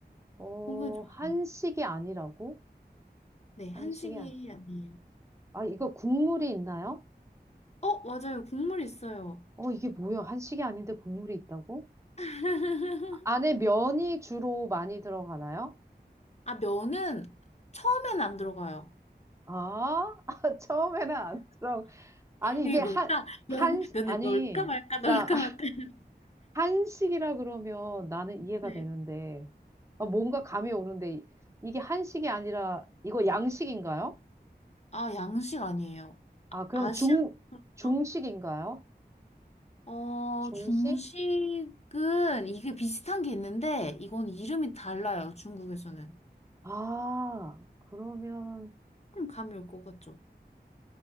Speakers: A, on the right; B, on the left.
A: 어,
B: 건강에 좋아요.
A: 한식이 아니라고?
B: 네, 한식이
A: 한식이 아니.
B: 아니에요.
A: 아, 이거 국물이 있나요?
B: 어, 맞아요. 국물 있어요.
A: 어, 이게 뭐야? 한식이 아닌데 국물이 있다고?
B: <laughs>
A: 안에 면이 주로 많이 들어가나요?
B: 아, 면은 처음엔 안 들어가요.
A: 아, <laughs> 처음에는 안 들어가. 아니,
B: 이게
A: 이게 한,
B: 뭘까?
A: 한,
B: 면, 면에
A: 아니,
B: 넣을까 말까, 넣을까
A: 나 <laughs>
B: 말까. <laughs>
A: 한식이라 그러면 나는 이해가
B: 네.
A: 되는데, 아, 뭔가 감이 오는데, 이- 이게 한식이 아니라, 이거 양식인가요?
B: 아, 양식 아니에요.
A: 아,
B: 아-
A: 그럼
B: 아시아
A: 중,
B: 쪽이죠?
A: 중식인가요?
B: 어,
A: 중식?
B: 중식은 이게 비슷한 게 있는데 이건 이름이 달라요. 중국에서는.
A: 아, 그러면,
B: 좀 감이 올 것 같죠?